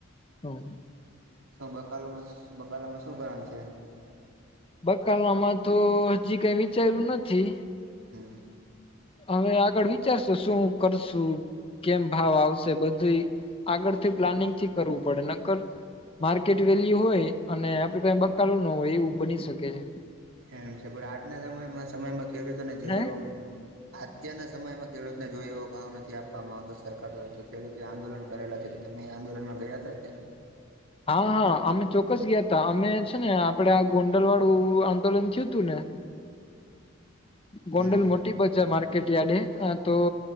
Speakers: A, on the left; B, on the right.
A: હમ..
B: શું બકાાલુમાં શ બકાલામાં શું કરવાનું છે?
A: બકાલામાં તો હજી કંઈ વિચાર્યું નથી.
B: હમ
A: હવે આગળ વિચારશું શું કરશું? કેમ ભાવ આવશે બધુંય, આગળથી પ્લાનિંગ થી કરવું પડે નકર માર્કેટ વેલ્યુ હોય અને આપડી પાહે બકાલુ ના હોય એવું બની શકે છે.
B: એમ છે. પણ આજના જમાન મા સમયમાં ખેડૂતોને જે
A: હે
B: ઓ અત્યારના સમયમાં ખેડૂતને જો એવો ભાવ નથી આપવામાં આવતો સરકાર દ્વારા, તો ખેડૂતે આંદોલન કરેલા છે. અમે આંદોલન માં ગયા તા કે?
A: હા-હા. અમે ચોક્કસ ગયા તા અમે છે, ને આપડે આ ગોંડલવાડું આંદોલન થયું તું ને
B: <inaudible>
A: ગોંડલ
B: હમ
A: મોટી પજા માર્કેટ યાર્ડ. આ તો
B: હા